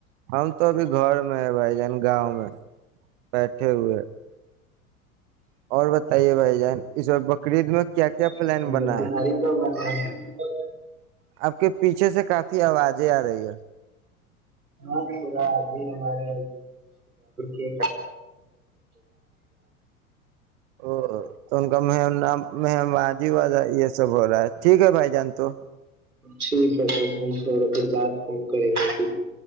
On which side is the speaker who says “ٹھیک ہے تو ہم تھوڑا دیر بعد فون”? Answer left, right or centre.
Right